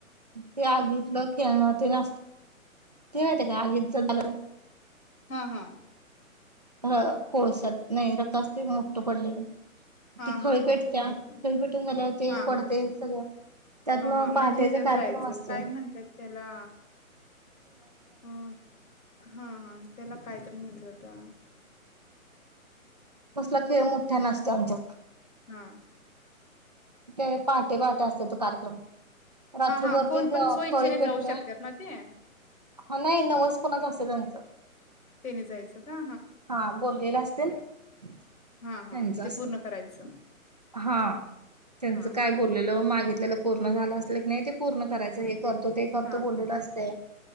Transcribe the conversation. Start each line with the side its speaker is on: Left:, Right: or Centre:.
Right: ते आगीतलं खेळणं ते असतय. ते माहिती का आगीतच झालं
Left: हा हा.
Right: हा कोळस्यात नाही रक्त असतय मोठ पडलेलं.
Left: हा
Right: ती खळीपेटत्या
Left: हा हा माहिती आहे
Right: खळीपेटून झाल्यावरते
Left: हा
Right: पडतय
Left: हा
Right: सगळं त्यातन
Left: हा हा म्हणजे
Right: पहाटेचा
Left: ह्याच्यात
Right: कार्यक्रम
Left: जायचं
Right: असतय.
Left: काय म्हणतात त्याला अ हा हा त्याला कायतरी म्हणत्यात. ता.
Right: कसला खेळ मोठ्यानं असतोय आमच्यात.
Left: हा
Right: ते पहाटे पहाटे असतोय तो कार्यक्रम. रात्रभरती
Left: हा हा कोण पण स्वइच्छेने
Right: खळी पेटत
Left: जाऊ शकतात ना ते
Right: हा नाही नवस कोणाच असत त्यांचं
Left: त्याने जायचं का
Right: हा बोललेलं अस तेल त्यांच
Left: हा हा
Right: अस
Left: ते पूर्ण करायचं
Right: हा त्यांच
Left: हा
Right: काय
Left: हा
Right: बोललेलं मागे आपल्याला पूर्ण झालं असलं की नाही ते पूर्ण करायचं आहे तरतो ते फत
Left: हा
Right: बोललेलं
Left: हा
Right: असते